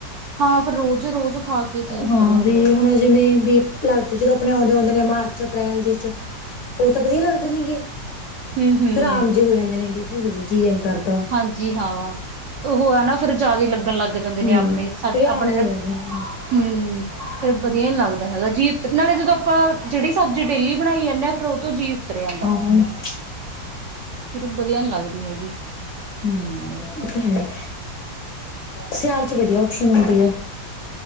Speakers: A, on the right; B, on the left.
A: ਹਾਂ ਫਿਰ ਰੋਜ਼ ਰੋਜ਼, ਖਾ ਕੇ ਜੀ, ਉਤਰਿਆ
B: ਹਾਂ ਵੀ
A: ਜਾਂਦਾ।
B: ਹੁਣ ਜਿਵੇਂ ਵੀ ਲੱਗਦੇ ਜਦੋਂ ਆਪਣੇ ਆਉਂਦੇ, ਆਉਂਦੇ ਨੇ ਮਾਰਚ ਅਪ੍ਰੈਲ ਜਿਸ ਵਿੱਚ ਉਹ ਤਾਂ ਵਧੀਆ ਲੱਗਦੇ, ਨੇਗੇ
A: ਹੂੰ-ਹੂੰ।
B: ਫੇਰ ਆਮ ਜਿਹੇ ਹੋ ਜਾਂਦੇ ਨੇਗੇ ਫੇਰ ਵਧੀਆ ਜੀ ਨੀ ਕਰਦਾ।
A: ਹਾਂਜੀ, ਹਾਂ ਉਹ ਹੈ, ਨਾ ਫਿਰ ਜਿਆਦਾ ਲੱਗਣ ਲੱਗ। ਜਾਂਦੇ
B: ਹਮ
A: ਨੇ ਆਪਣੇ
B: ਫਿਰ ਆਮ
A: ਆਪਣੇ ਤਾਂ
B: ਹੋ ਜਾਂਦਾ ਹਾਂ
A: ਹੂੰ, ਹੂੰ ਫੇਰ ਵਧੀਆ ਨੀ ਲੱਗਦਾ ਹੈਗਾ ਜੀ। ਤੇ ਨਾਲੇ ਜਦੋਂ ਆਪਾਂ ਜਿਹੜੀ ਸਬਜ਼ੀ ਡੇਲੀ ਬਣਾਈ ਜਾਂਦੇ ਹਾਂ, ਫਿਰ ਉਹ ਤੋਂ ਜੀਅ ਉਤਰਿਆ ਜਾਂਦਾ।
B: <unintelligible>
A: ਸਿਰਫ ਵਧੀਆ ਲੱਗਦੀ ਹੈਗੀ।
B: ਹੂੰ ਇਹ ਤਾਂ ਹੈ। ਸਿਆਲ 'ਚ ਵਧੀਆ ਔਪਸ਼ਨ ਹੁੰਦੀ ਹੈ।